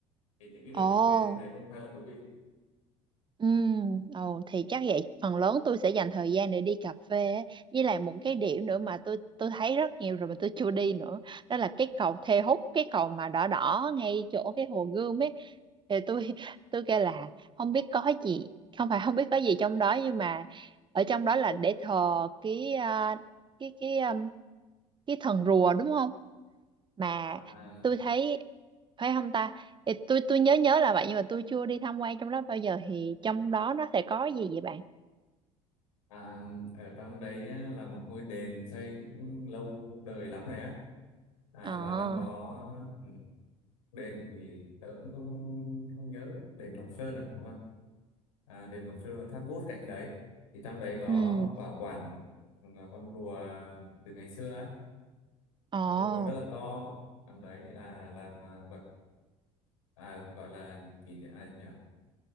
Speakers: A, on the left; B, on the right.
A: thì những cái điểm
B: ồ
A: cà phê tôi thấy cũng khá là thú vị
B: Ừ, ồ, thì chắc vậy phần lớn tôi sẽ dành thời gian để đi cà phê ấy. Với lại một cái điểm nữa mà tôi tôi thấy rất nhiều rồi mà tôi chưa đi nữa đó là cái cầu Thê Húc cái cầu mà đỏ đỏ ngay chỗ cái hồ Gươm ấy thì tôi <laughs> tôi kêu là không biết có gì không phải không biết có gì trong đó nhưng mà ở trong đó là để thờ cái à, cái cái um, cái thần rùa đúng không mà
A: à,
B: tôi thấy phải không ta Thì tôi tôi nhớ nhớ là vậy nhưng mà tôi chưa đi tham quan trong đó bao giờ thì trong đó nó sẽ có gì vậy bạn
A: À, ở trong đấy á, là một ngôi đền xây cũng lâu đời lắm rồi á à,
B: ờ
A: và trong đó ừ, đền thì tớ cũng không không nhớ đền Ngọc Sơn à đúng không à, đền Ngọc Sơn và tháp bút cạnh đấy thì trong đấy có
B: ừ
A: bảo quản một con rùa từ ngày xưa á
B: ờ
A: một con rùa rất là to trong đấy là làm à, vật à, gọi là kỷ niệm à, nhỉ?